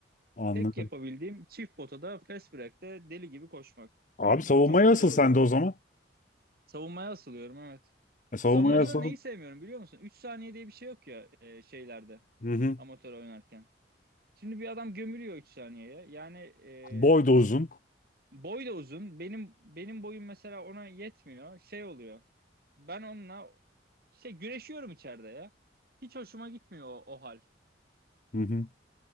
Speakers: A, on the left; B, on the right.
A: anladım.
B: Tek yapabildiğim çift potada fast break'te deli gibi koşmak.
A: Abi
B: <clears throat>
A: savunmaya
B: O çok güzel
A: asıl
B: oluyor.
A: sen de o zaman.
B: Savunmaya asılıyorum evet.
A: E, savunmaya
B: Savunmada
A: asıl.
B: da neyi sevmiyorum biliyor musun? 3 saniye diye bir şey yok ya e, şeylerde
A: Hı hı.
B: amatör oynarken. Şimdi bir adam gömülüyor 3 saniyeye. Yani e,
A: Boy da uzun.
B: boy da uzun. Benim benim boyum mesela ona yetmiyor. Şey oluyor. Ben onunla şey güreşiyorum içeride ya. Hiç hoşuma gitmiyor o, o hal.
A: Hı hı.